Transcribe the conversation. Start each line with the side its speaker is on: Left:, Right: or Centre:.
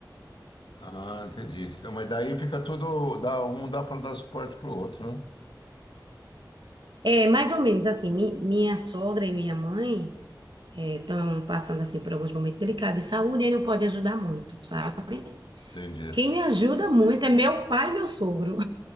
Left: Ah, entendi. Então, mas daí fica tudo, dá, um dá para dar suporte pro outro, né?
Right: É, mais ou menos assim, mi- minha sogra e minha mãe estão passando assim por alguns momentos delicados de saúde e não pode ajudar muito, sabe?
Left: Entendi.
Right: Quem me ajuda muito é meu pai e meu sogro.